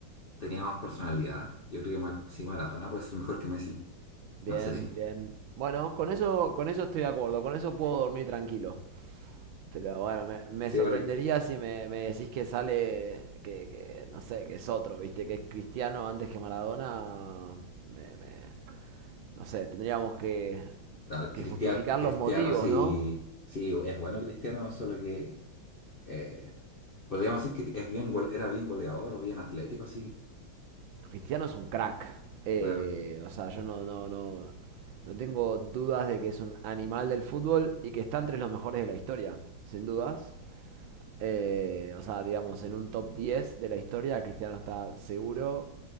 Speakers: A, on the left; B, on the right.
A: tenía más personalidad. Yo creo que Mar- sí, Maradona puede ser mejor que Messi.
B: Bien,
A: No sé.
B: bien. Bueno, con eso, con eso estoy de acuerdo, con eso puedo dormir tranquilo. Pero bueno, me, me
A: Sí,
B: sorprendería
A: porque
B: si me, me decís que sale, que, que, no sé, que es otro, ¿viste? Que es Cristiano antes que Maradona. Me, me- no sé, tendríamos que,
A: no,
B: que
A: Cristiano,
B: justificar
A: Cristiano
B: los motivos,
A: sí,
B: ¿no?
A: sí es bueno Cristiano, solo que eh, podríamos decir que es bien gole- era bien goleador o bien atlético, sí.
B: Cristiano es un crack. Eh,
A: Claro,
B: o sea, yo no, no, no, no tengo dudas de que es un animal del fútbol y que está entre los mejores de la historia, sin dudas. Eh, o sea, digamos, en un top 10 de la historia, Cristiano está seguro.